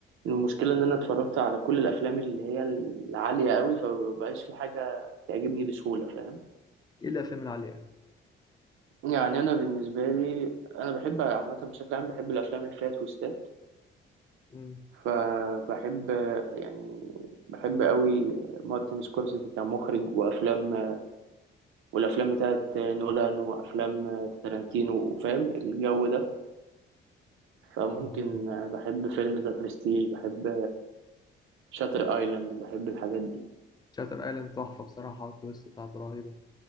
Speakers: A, on the right; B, on the left.
A: المشكله ان انا اتفرجت على كل الافلام اللي هي العاليه قوي فمبقاش في حاجه تعجبني بسهوله فاهم
B: ايه الافلام اللي عليها يعني؟
A: يعني انا بالنسبه لي انا بحب عامه بشكل عام بحب الافلام اللي فيها تويستات
B: امم
A: فبحب يعني بحب قوي مارتن سكورسيزي كمخرج وافلام والافلام بتاعت نولان وافلام تارانتينو فاهم الجو ده فممكن
B: مهم.
A: بحب فيلم ذا برستيج بحب شاتر ايلاند بحب الحاجات دي
B: شاتر ايلاند تحفه بصراحه والتويست بتاعته رهيبه